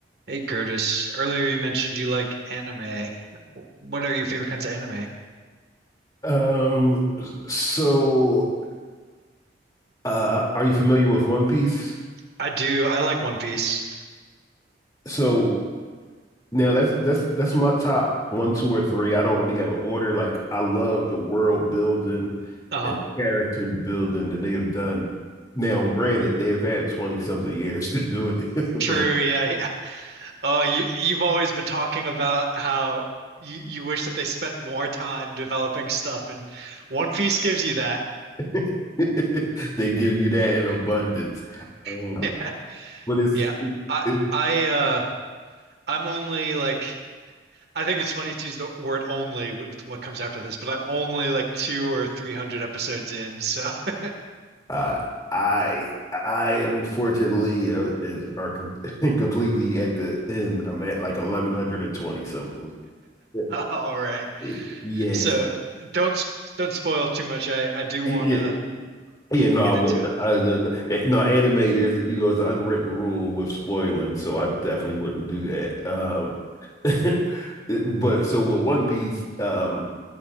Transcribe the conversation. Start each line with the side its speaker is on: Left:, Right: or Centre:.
Right: Hey Curtis, earlier you mentioned you like anime. What are your favorite kinds of anime?
Left: Um, so uh, are you familiar with One Piece?
Right: I do. I like One Piece.
Left: So now that's that's that's my top one, two, or three. I don't really have an order. Like I love the world building
Right: Uh-huh.
Left: and character building that they have done. Now, granted, they have had 20 something years to do it,
Right: True,
Left: <laughs> but
Right: yeah, yeah. Uh, you you've always been talking about how you you wish that they spent more time developing stuff, and One Piece gives you that.
Left: <laughs> they give you that in abundance. Uh,
Right: <laughs> Yeah.
Left: but it's,
Right: Yeah. I
Left: it's
Right: I uh I'm only like I think it's funny to use the word only with what comes after this, but I'm only like two or three hundred episodes in, so <laughs>
Left: Uh, I I unfortunately uh, is are com <laughs> completely at the end. I'm at like 1120 something. Yeah.
Right: all right.
Left: Yeah. Yeah.
Right: So don't s- don't spoil too much. I I do
Left: Yeah.
Right: want to
Left: Yeah, no, I
Right: get
Left: wouldn't.
Right: into it,
Left: I,
Right: but uh,
Left: no, no, eh, no, anime, there's, you know, it's an unwritten rule with spoiling, so I definitely wouldn't do that. Um, <laughs> but so with One Piece, um,